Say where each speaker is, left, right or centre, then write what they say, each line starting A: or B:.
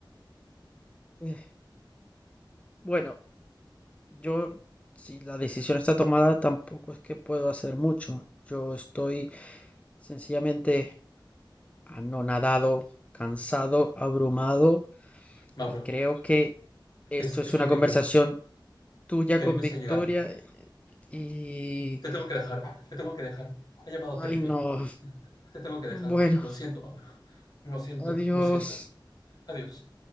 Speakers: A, on the left; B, on the left.
A: eh, bueno, yo, si la decisión está tomada, tampoco es que puedo hacer mucho. Yo estoy sencillamente anonadado, cansado, abrumado
B: Mauro,
A: y creo que esto
B: es,
A: es
B: es
A: una
B: Felipe.
A: conversación tú ya
B: Felipe
A: con victoria
B: está llegando.
A: eh, y...
B: Te tengo que dejar, te tengo que dejar. Ha llamado Felipe.
A: Ay, no.
B: Te tengo que dejar.
A: Bueno,
B: Lo siento, Mauro. Lo siento,
A: adiós.
B: lo siento. Adiós.